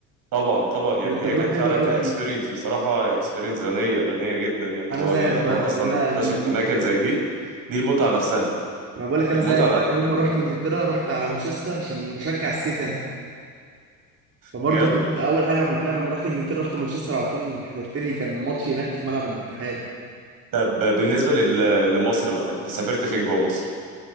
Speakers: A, on the right; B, on the right.
A: طبعا طبعا يعني
B: كانت
A: هي
B: تجربه
A: كانت
B: حلوه
A: فعلا
B: قوي
A: كاكسبيرينس
B: اكيد
A: بصراحه اكسبيرينس غنيه غنيه جدا يعني اللي
B: انا
A: هو
B: زيك
A: ان انت
B: بقى
A: تروح
B: يعني
A: اصلا
B: انا
A: تكتشف
B: ي... ي...
A: اماكن زي دي دي المتعه نفسها
B: ما بقول لك انا
A: المتعه
B: زيك بقى
A: نفسها
B: يوم
A: ان
B: ما
A: احنا
B: رحت انجلترا رحت على مانشستر عشان بشجع السيتي انا فبرضه
A: جامد
B: كنت اول حاجه عملتها لما رحت انجلترا رحت مانشستر على طول حضرت لي كان ماتش هناك في ملعب الاتحاد
A: طب بالنسبه لل- لمصر بقى انت سافرت فين جوه مصر